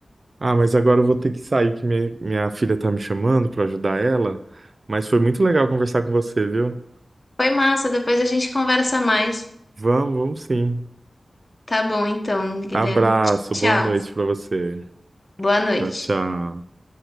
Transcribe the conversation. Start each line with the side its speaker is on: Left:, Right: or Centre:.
Right: Ah, mas agora eu vou ter que sair, que minha, minha filha tá me chamando para ajudar ela. Mas foi muito legal conversar com você, viu?
Left: Foi massa, depois a gente conversa mais.
Right: Vamos, vamos sim.
Left: Tá bom, então, Guilherme.
Right: Abraço,
Left: Tchau.
Right: boa noite para você.
Left: Boa noite.
Right: Tchau, tchau.